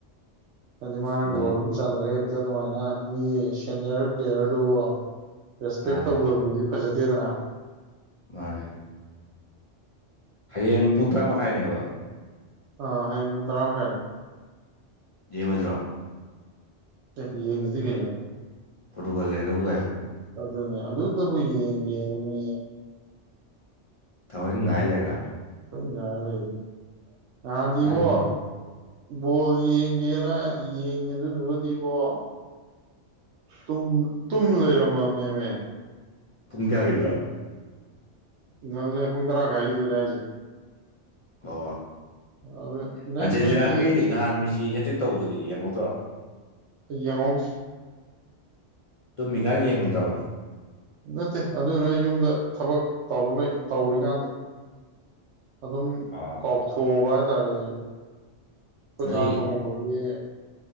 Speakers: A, on the right (about 75°); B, on the left (about 45°).
A: ꯑꯗꯨꯗꯤ ꯃꯥꯅꯒꯣꯜ
B: ꯃꯣꯏ
A: ꯑꯃ ꯆꯠꯂꯒ ꯑꯗꯨꯃꯥꯏꯅ ꯃꯤꯒꯤ ꯁꯦꯅꯤꯌꯔ ꯄ꯭ꯂꯦꯌꯔꯗꯣ <inaudible> ꯔꯦꯁꯄꯦꯛ
B: ꯃꯥꯅꯦ
A: ꯇꯧꯗꯕꯗꯨꯗꯤ ꯐꯖ ꯁꯤꯗꯅ
B: ꯃꯥꯅꯦ ꯍꯌꯦꯡ ꯄꯨꯡ ꯇꯔꯥ ꯃꯈꯥꯏꯅꯦꯕ
A: ꯑ ꯍꯌꯦꯡ ꯄꯨꯡ ꯇꯔꯥꯃꯈꯥꯏꯅꯦ
B: ꯌꯦꯡꯉꯨꯖꯦꯔꯣ
A: ꯇ ꯌꯦꯡꯗꯗꯤ ꯀꯩꯅꯣꯅꯦ
B: ꯄꯣꯇꯨꯒꯜ ꯂꯩꯔꯒꯕꯨ ꯀꯥꯏꯌꯣ
A: ꯑꯗꯨꯅꯦ ꯑꯗꯨꯇꯕꯨ ꯌꯦꯡꯒꯦ ꯅ ꯃꯤ
B: ꯊꯑꯣꯏꯅ ꯉꯥꯏ ꯂꯩꯔꯒ
A: ꯉꯥꯏ ꯂꯩꯔꯅꯤ ꯅꯥꯍꯟꯗꯤ
B: ꯀꯥꯅꯤꯗꯕ꯭ꯔꯣ
A: ꯏꯕꯣ ꯕꯣꯜ ꯌꯦꯡꯒꯦꯅ ꯌꯦꯡꯉꯦ ꯑꯗꯨꯗꯨꯒꯗꯤꯕꯣ ꯇꯨꯡ ꯇꯨꯝ ꯂꯩꯔꯝꯃꯅꯦꯃꯦ
B: ꯄꯨꯨꯡ ꯀꯦꯌꯥꯒꯗ꯭ꯔꯥ
A: ꯅ ꯂꯩ ꯄꯨꯡ ꯇꯔꯥ ꯈꯥꯏꯗꯨꯅꯦꯖꯦ
B: ꯍ
A: ꯑꯗꯨ ꯅꯣꯏ
B: ꯑꯥꯔꯖꯦꯟꯇꯤꯅꯥꯒꯤ
A: ꯅꯣꯏꯗꯤ
B: ꯅꯍꯥꯟ ꯃꯤꯁꯤ ꯍꯦꯇꯦꯛ ꯇꯧꯕꯗꯨꯗꯤ ꯌꯦꯡꯍꯧꯗ꯭ꯔꯣ
A: ꯑꯩ ꯌꯦꯡꯉꯧꯗꯔꯤ
B: ꯇꯃꯤ ꯀꯥꯜ ꯌꯦꯅꯤꯡ꯭ꯔꯕ
A: ꯅꯠꯇꯦ ꯑꯗꯨꯅ ꯌꯨꯝꯗ ꯊꯕꯛ ꯇꯧꯔꯤꯀꯥꯟꯗ ꯑꯗꯨꯝ
B: ꯑꯣ
A: ꯀꯥꯎꯊꯣꯛꯑꯕ ꯔ ꯑꯩꯣꯏꯗꯥ
B: ꯅꯣꯏ
A: ꯂꯨꯍꯣꯡꯕꯒꯤ